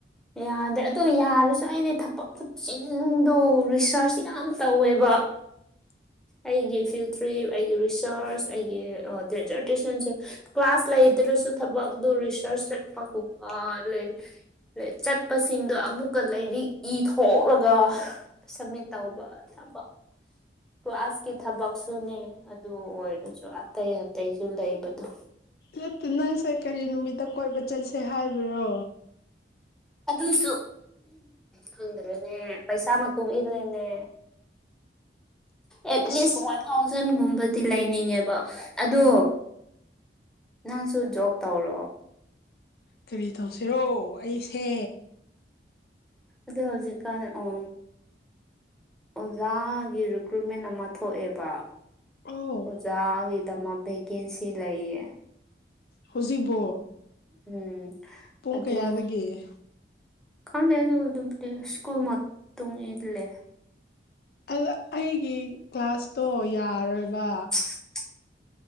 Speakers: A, in the centre; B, on the left.
A: ꯌꯥꯗ꯭ꯔꯦ ꯑꯗꯣ ꯌꯥꯔꯁꯨ ꯑꯩꯗꯤ ꯊꯕꯛ ꯈꯨꯆꯤꯟꯗꯣ ꯔꯤꯁꯔꯁ ꯌꯥꯝ ꯇꯧꯋꯦꯕ
B: <inaudible>
A: ꯑꯩꯒꯤ ꯐꯤꯜ ꯇ꯭ꯔꯤꯞ ꯑꯩꯒꯤ ꯔꯤꯁꯔꯁ ꯑꯩꯒꯤ ꯗꯦꯖꯔꯇꯦꯁꯟꯁꯦ ꯀ꯭ꯂꯥꯁ ꯂꯩꯗ꯭ꯔꯁꯨ ꯊꯕꯛ ꯑꯗꯨ ꯔꯤꯁꯔꯁ ꯆꯠꯄꯒꯨꯝꯕ ꯂꯩ ꯆꯠꯄꯁꯤꯡꯗꯣ ꯑꯃꯨꯛꯀ ꯂꯥꯏꯔꯤꯛ ꯏ ꯊꯣꯛꯂꯒ ꯁꯝꯃꯤꯠ ꯇꯧꯕ ꯆꯄ ꯀꯁꯀꯤ ꯊꯕꯛꯁꯨꯅꯦ ꯑꯗꯨ ꯑꯣꯏꯔꯁꯨ ꯑꯇꯩ ꯑꯇꯩꯁꯨ ꯂꯩꯕꯗꯣ
B: ꯍꯠꯇ ꯅꯪꯁꯦ ꯀꯔꯤ ꯅꯨꯃꯤꯠꯇ ꯀꯣꯏꯕ ꯆꯠꯁꯦ ꯍꯥꯏꯕ꯭ꯔꯣ
A: ꯑꯗꯨꯁꯨ ꯈꯪꯗ꯭ꯔꯦꯅꯦ ꯄꯩꯁꯥ ꯃꯇꯨꯡ ꯏꯜꯂꯦꯅꯦ ꯑꯦꯠꯂꯤꯁ
B: ꯑꯁ
A: ꯋꯥꯟ ꯊꯥꯎꯖꯟꯒꯨꯝꯕꯗꯤ ꯂꯩꯅꯤꯡꯉꯦꯕ ꯑꯗꯣ ꯅꯪꯁꯨ ꯖꯣꯕ ꯇꯧꯔꯣ
B: ꯀꯤꯕꯤ ꯇꯧꯁꯤꯔꯣ ꯑꯩꯁꯦ
A: ꯑ ꯍꯧꯖꯤꯛꯀꯥꯟ ꯎ ꯑꯣꯖꯥꯒꯤ ꯔꯤꯀ꯭ꯔꯨꯏꯠꯃꯦꯟ ꯑꯃ ꯊꯣꯛꯑꯦꯕ
B: ꯑꯣ
A: ꯑꯣꯖꯥꯒꯤꯗꯃꯛ ꯚꯦꯀꯦꯟꯁꯤ ꯂꯩꯌꯦ
B: ꯍꯖꯤꯕ
A: ꯎꯝ ꯑꯗꯨ
B: ꯀꯌꯥꯗꯒꯤ
A: ꯈꯪꯗꯦ ꯑꯗꯨꯗꯨꯕꯨꯗꯤ ꯁ꯭ꯀꯨꯜ ꯃꯇꯨꯡ ꯏꯜꯂꯦ
B: ꯑꯗ ꯑꯩꯒꯤ ꯀ꯭ꯂꯥꯁꯇꯣ ꯌꯥꯔꯣꯏꯕ
A: <unintelligible>